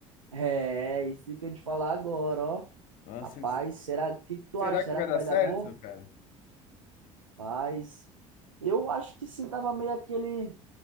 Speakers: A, on the right; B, on the left.
A: É, é isso que eu ia te falar agora, ó.
B: Nossa,
A: Rapaz,
B: s-
A: será, o que que tu
B: será
A: acha? Será
B: que vai
A: que
B: dar
A: vai
B: certo,
A: dar bom?
B: cara?
A: Rapaz, eu acho que sim, tava meio aquele